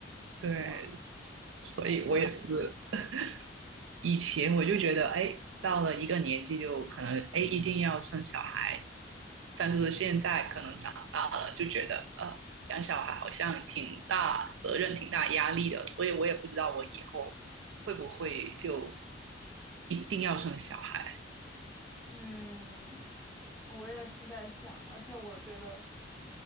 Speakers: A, on the right (about 90°); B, in the centre.
A: 对，
B: 哇，
A: 所以我也是
B: 好累的。
A: <laughs> 以前我就觉得，哎，到了一个年纪就可能，哎，一定要生小孩，但是现在可能长大了，就觉得呃，养小孩好像挺大责任、挺大压力的，所以我也不知道我以后会不会就一定要生小孩，
B: 嗯，我也是在想，而且我觉得